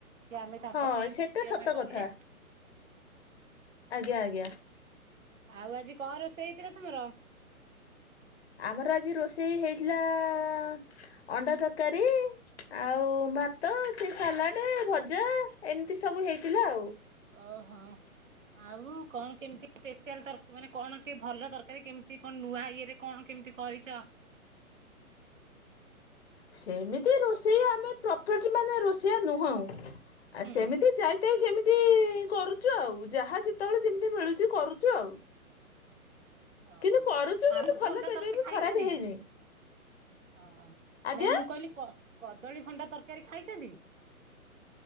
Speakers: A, on the right (about 60°); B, on the left (about 45°).
A: କି ଆମେ ତାଙ୍କ
B: ହଁ
A: ପାଇଁ
B: ସେଟା
A: କିଛି
B: ସତ
A: ଆମେ କଲେ।
B: କଥା ଆଜ୍ଞା ଆଜ୍ଞା।
A: ଆଉ ଆଜି କଣ ରୋଷେଇ ହେଇଥିଲା ତମର?
B: ଆମର ଆଜି ରୋଷେଇ ହେଇଥିଲା ଅଣ୍ଡା ତରକାରୀ। ଆଉ ଭାତ ସେ ସାଲାଡ, ଭଜା ଏମିତି ସବୁ ହେଇଥିଲା ଆଉ।
A: ଓହୋ। ଆଉ କଣ କେମିତି ସ୍ପେଶାଲର ମାନେ କଣ ଟିକେ ଭଲ ତରକାରୀ କେମିତି କଣ ନୂଆ ଇଏରେ କଣ କେମିତି କରିଚ
B: ସେମିତି ରୋଷେଇ ଆମେ ପ୍ରପର୍ଲି ମାନେ ରୋଷେଇଆ ନୁହଁ। ଆ
A: ହୁଁ
B: ସେମିତି ଯାଇଥାଇ ସେମିତି କରୁଚୁ ଆଉ ଯାହା ଯେତେବେଳେ ଯେମିତି ମିଳୁଛି କରୁଚୁ ଆଉ।
A: ଓହୋ
B: କିନ୍ତୁ କରୁଛୁ କିନ୍ତୁ
A: ଆଉ
B: ଭଲ
A: ଭଣ୍ଡା
B: କେବେ
A: ତରକାର
B: ବି
A: ଖାଇଛନ୍ତି?
B: ଖରାପ ହେଇନି
A: ହ
B: ଆଜ୍ଞା
A: ନାଇଁ ମୁଁ କହିଲି କଦଳୀ ଭଣ୍ଡା ତରକାରୀ ଖାଇଛନ୍ତି?